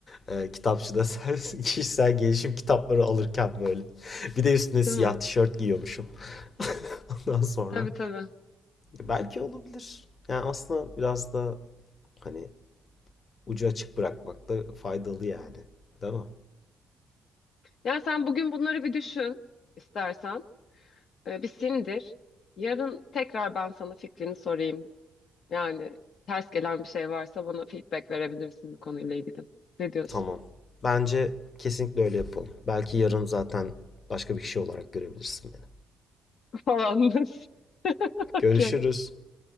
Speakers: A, on the left; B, on the left.
A: e, kitapçıda <laughs> sen kişisel gelişim kitapları alırken böyle bir de üstüne siyah
B: Değil mi?
A: tişört giyiyormuşum. <laughs> Ondan sonra
B: Tabii tabii.
A: belki olabilir. Yani aslında biraz da hani ucu açık bırakmak da faydalı yani. Değil mi?
B: Yani sen bugün bunları bir düşün istersen. Ee, Bir sindir. Yarın tekrar ben sana fikrini sorayım. Yani ters gelen bir şey varsa bana feedback verebilirsin bu konuyla ilgili. Ne diyorsun?
A: Tamam. Bence kesinlikle öyle yapalım. Belki yarın zaten başka bir kişi olarak görebilirsin beni.
B: <laughs> Falan. <laughs> Okey.
A: Görüşürüz.